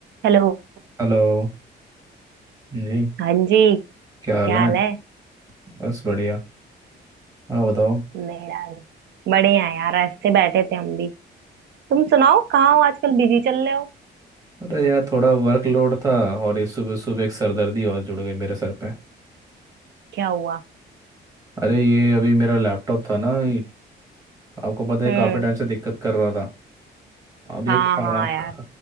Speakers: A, on the right; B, on the right.
A: Hello
B: Hello जी
A: हाँ जी
B: क्या हाल
A: क्या
B: है
A: हाल है
B: बस बढ़िया हाँ बताओ
A: मेरा भी बढ़िया है यार ऐसे बैठे थे हम भी तुम सुनाओ कहाँ हो आजकल बिजी चल रहे हो
B: अरे यार थोड़ा वर्कलोड था और ये सुबह सुबह एक सरदर्दी और जुड़ गई मेरे सर पे
A: क्या हुआ
B: अरे ये अभी मेरा लैपटॉप था ना ये आपको पता है
A: हम्म
B: काफ़ी टाइम से दिक्कत कर रहा था अब ये
A: हाँ
B: खराब
A: हाँ यार